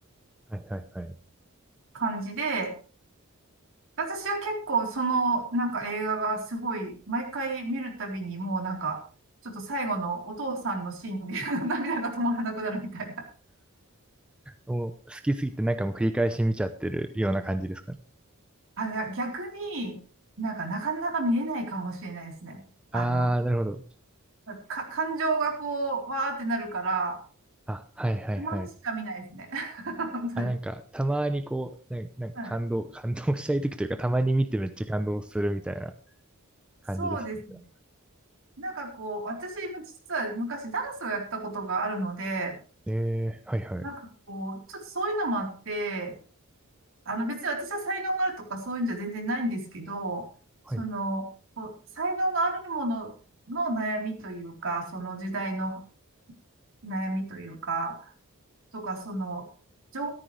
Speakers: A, in the centre; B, on the right.
A: はいはいはい。
B: 感じで、私は結構そのなんか映画がすごい、毎回見るたびにもうなんか、ちょっと最後のお父さんのシーンで <laughs> 涙が止まらなくなるみたいな。
A: お好きすぎてなんかもう繰り返し見ちゃってるような感じですかね。
B: あ、いや逆になんかなかなか見れないかもしれないですね。
A: ああ、
B: あの、
A: なるほど。
B: か、感情がこう、わーってなるから、
A: あ、はいはいはい。
B: たまにしか見ないですね。<laughs> 本当に。
A: あ、なんか、たまにこう、なんなんか感動、
B: はい。
A: <laughs> 感動したい時というか、たまに見てめっちゃ感動するみたいな
B: そうですね。
A: 感じですね。
B: なんかこう、私も実は昔ダンスをやったことがあるので、
A: ええはいはい。
B: なんかこう、ちょっとそういうのもあって、あの別に私は才能があるとかそういうんじゃ全然ないんですけど、
A: はい。
B: その、こう才能があるものの悩みというか、その時代の悩みというか、とか、その、情、